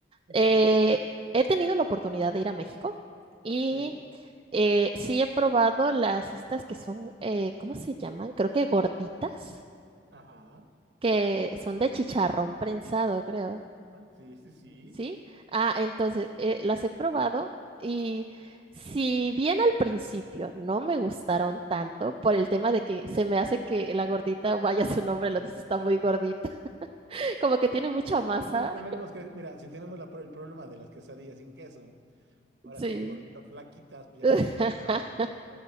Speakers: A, on the right; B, on the right.
A: Ok.
B: Eh, he tenido la oportunidad de ir a México y
A: Sí,
B: eh, sí he probado las estas que son, eh, ¿cómo se llaman? Creo que gorditas,
A: ajá,
B: que son de chicharrón prensado, creo.
A: ajá, sí, sí, sí,
B: ¿Sí? Ah, entonces, eh, las he probado y si bien al principio no me gustaron tanto por el tema de que se me hace que la gordita, vaya su nombre, lo dice, está muy gordita, <laughs> como que tiene mucha masa.
A: Si no tendremos que, mira, si tenemos la pro- el problema de las quesadillas sin queso, ahora
B: Sí.
A: hacemos gorritas flaquitas, pues ya
B: <laughs>
A: no va a funcionar, ¿no?